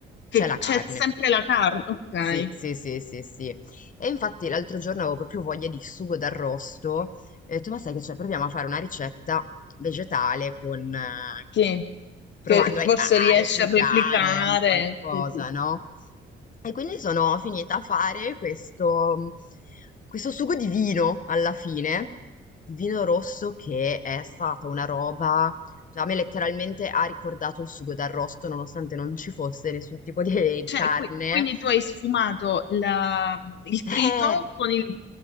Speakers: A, on the left; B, on the left.
A: che
B: c'è la carne.
A: c'è sempre la carne, ok,
B: Sì, sì, sì, sì, sì. E infatti l'altro giorno avevo proprio voglia di sugo d'arrosto e ho detto, ma sai che c'è? Proviamo a fare una ricetta vegetale con... eh,
A: sì,
B: provando
A: che forse
B: a,
A: riesce
B: a replicare
A: a replicare.
B: un qualcosa,
A: Sì, sì.
B: no? E quindi sono finita a fare questo, questo sugo di vino alla fine, di vino rosso che è stata una roba cioè, a me letteralmente ha ricordato il sugo d'arrosto, nonostante non ci fosse nessun tipo di,
A: Cioè,
B: di carne,
A: qui- quindi tu hai sfumato la- il
B: eh,
A: trito con il...